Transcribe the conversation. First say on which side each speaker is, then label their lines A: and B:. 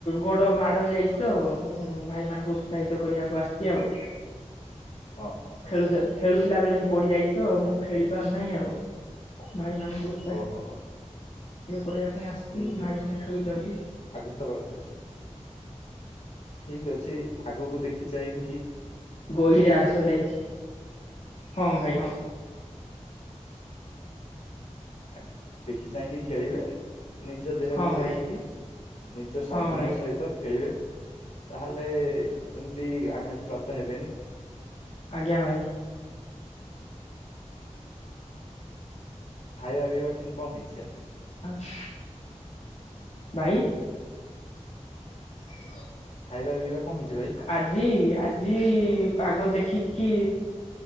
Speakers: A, on the left; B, on the left.
A: ଗୋଡ ମାଡ ହେଇଯାଇଛି ତ ଭାଇ ମାନଙ୍କୁ ଉତ୍ସାହିତ କରିବାକୁ ଆସିଛି ଆଉ।
B: ଓହୋ
A: ଖେଳୁ ଖେଳୁଥିଲା ବେଳେ ହିଁ ପଡିଯାଇଛି ତ ମୁଁ ଖେଳି ପାରୁନାହିଁ ଆଉ ଭାଇ ଉତ୍ସାହିତ
B: ଓହୋ ହୋ
A: କରିବା ପାଇଁ ଆସିଛି
B: ନିଜ
A: ଭାଇମାନେ ଖେଳୁଛନ୍ତି।
B: ଆଘାତ ଗସ୍ତ ହେଇଛନ୍ତି ଠିକ ଅଛି ଆଗକୁ ଦେଖିଚାଇକି
A: ଗହିରେ ଆଘାତ ହେଇଯାଇଛି ହଁ ଭାଇ ହଁ।
B: ଆ ଦେଖି ଚାହିଁକି ଖେଳିବେ। ନିଜ ଦେହକୁ
A: ହଁ ଭାଇ
B: ଦେଖିକି ନିଜ ସାବଧାନ
A: ହଁ ଭାଇ
B: ସହିତ ଖେଳିବେ। ତାହେଲେ ଏମିତି ଆଘାତ ପ୍ରାପ୍ତ ହେବେନି।
A: ଆଜ୍ଞା ଭାଇ।
B: ଖାଇବା ପିଇବା କି କଣ ହେଇଛି ଆଜି?
A: <unintelligible> ଭାଇ। <unintelligible>
B: ଖାଇବା ପିଇବା କଣ ହେଇଛି ଭାଇ?
A: ଆଜି ଆଜି ପାଗ ଦେଖିକି